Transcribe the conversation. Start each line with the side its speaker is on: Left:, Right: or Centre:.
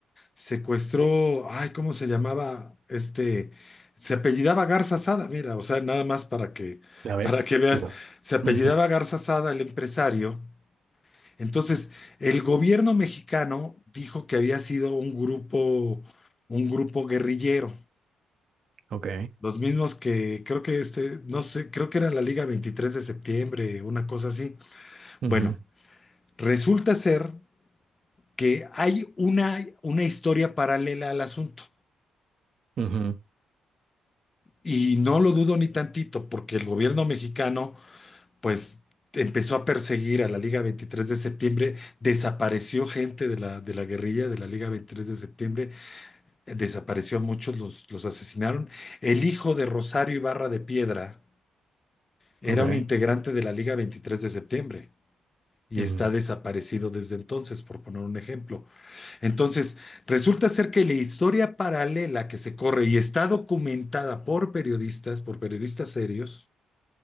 Left: Secuestró, ay, ¿cómo se llamaba? Este, se apellidaba Garza Sada, mira, o sea, nada más para que, <laughs>
Right: ¿Ya ves?
Left: para que veas,
Right: Qué va.
Left: se
Right: <laughs>
Left: apellidaba
Right: Ujú.
Left: Garza Sada, el empresario. Entonces, el gobierno mexicano dijo que había sido un grupo, un grupo guerrillero,
Right: Ok.
Left: los mismos que creo que este, no sé, creo que era la Liga 23 de septiembre, una cosa así.
Right: Ujú,
Left: Bueno, resulta ser que hay una, una historia paralela al asunto.
Right: ujú,
Left: Y no lo dudo ni tantito, porque el gobierno mexicano, pues, empezó a perseguir a la Liga veintitrés de septiembre, desapareció gente de la, de la guerrilla de la Liga veintitrés de septiembre, eh, desapareció a muchos, los, los asesinaron. El hijo de Rosario Ibarra de Piedra era
Right: Ok.
Left: un integrante de la Liga veintitrés de septiembre. Y
Right: Ujú,
Left: está desaparecido desde entonces, por poner un ejemplo. Entonces, resulta ser que la historia paralela que se corre y está documentada por periodistas, por periodistas serios,